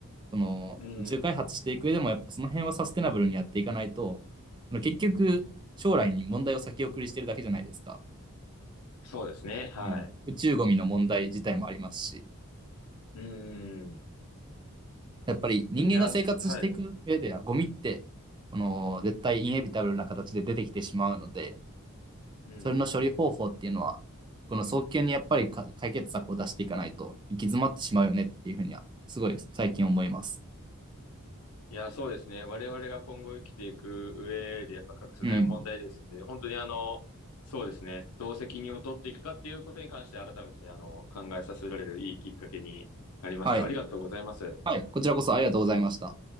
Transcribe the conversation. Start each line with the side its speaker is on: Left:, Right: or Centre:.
Right: その宇宙開発していく上でもやっぱその辺はサステナブルにやっていかないと、
Left: うん。
Right: あの結局将来に問題を先送りしてるだけじゃないですか。
Left: そうですね。はい。
Right: うん、宇宙ゴミの問題自体もありますし、
Left: うん。い
Right: やっぱり人間が生活していく上ではゴミって、
Left: や、すはい。
Right: この絶対インエビタブルな形で出てきてしまうので、
Left: うん。
Right: それの処理方法っていうのは、この早急にやっぱりか解決策を出していかないと行き詰まってしまうよねっていうふうには、すごい最近思います。
Left: いや、そうですね。我々が今後生きていく上でやっぱ欠かせない問題ですので、
Right: うん。
Left: 本当にあの、そうですね。どう責任を取っていくかっていうことに関して改めてあの、考えさせられるいいきっかけになりました。
Right: はい。
Left: ありがとうございます。
Right: はい。こちらこそありがとうございました。